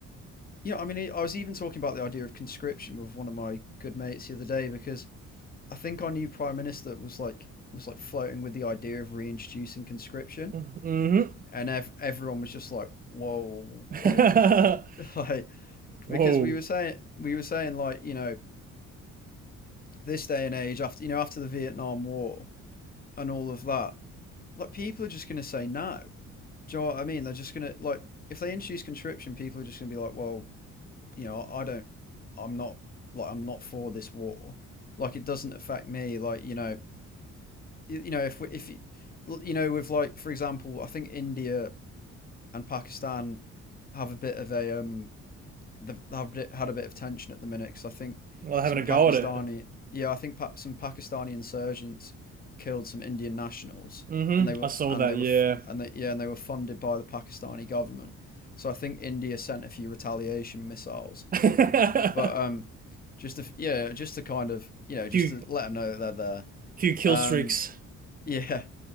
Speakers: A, on the left (about 30°); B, on the right (about 30°).
A: you know I mean I was even talking about the idea of conscription with one of my good mates the other day because I think our new prime minister was like was like floating with the idea of reintroducing conscription
B: hmm
A: and ev- everyone was just like whoa like
B: <laughs>
A: <laughs> like
B: Whoa.
A: because we were saying we were saying like you know this day and age after you know after the Vietnam War and all of that like people are just going to say no. Do you know what I mean? They're just going to like if they introduce conscription, people are just going to be like, well, you know, I don't, I'm not like I'm not for this war. Like it doesn't affect me. Like you know, you, you know if we, if you, you know with like for example, I think India and Pakistan have a bit of a um they've, they've had a bit of tension at the minute because I think
B: Well, having
A: some
B: a
A: Pakistani,
B: go at it.
A: yeah, I think pa- some Pakistani insurgents killed some Indian nationals,
B: hmm
A: and they were
B: I saw
A: and
B: that,
A: they were
B: yeah.
A: and they, yeah, and they were funded by the Pakistani government. So I think India sent a few retaliation missiles,
B: <laughs>
A: but um, just to yeah, just to kind of you know just
B: Few
A: to let them know that they're there.
B: few kill
A: Um,
B: streaks.
A: <laughs> yeah,